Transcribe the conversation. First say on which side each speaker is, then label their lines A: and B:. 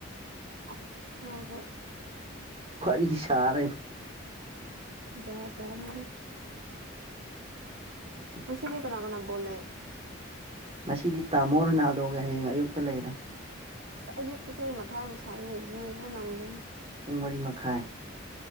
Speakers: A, on the right (about 80°); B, on the right (about 30°).
A: ꯑꯁ ꯅꯪꯁꯨ
B: ꯐꯔꯤꯒꯤ ꯁꯅ
A: ꯌꯥ ꯌꯥ ꯅꯦ
B: ꯎ
A: ꯃꯁꯤꯔꯦ ꯀꯅꯥ ꯀꯅꯥꯣꯦ
B: ꯉꯁꯤꯗꯤ ꯇꯥꯃꯣ ꯅꯥꯜꯗꯣꯒꯦ ꯍꯌꯦꯡ ꯑꯌꯨꯛꯇ ꯂꯩꯔꯦ
A: ꯑꯁ ꯑꯌꯨꯛꯇꯁꯦ ꯑꯩ ꯃꯊꯥꯏ ꯑꯃꯨ ꯁꯥꯏꯅꯦ ꯌꯦꯡꯕ ꯅꯪꯗꯦꯅꯦ
B: ꯄꯨꯡ ꯃꯔꯤ ꯃꯈꯥꯏ